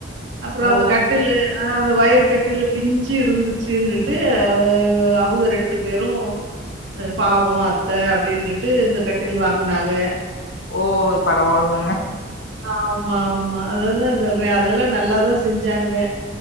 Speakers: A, on the right; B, on the left.
A: அப்றோ
B: ஓ
A: அந்த கட்டிலு ஆ அந்த வயர் கட்டிலு பிஞ்சு இருந்துச்சுன்னுட்டு அவு அ அவங்க ரெண்டு பேரூ பாவோ அத்த அப்டின்னுட்டு இந்த கட்டில் வாங்குனாங்க
B: ஓ பரவால்ல
A: ஆமா ஆமா அததா சொல்றே அதெல்லா நல்லாதா செஞ்சாங்க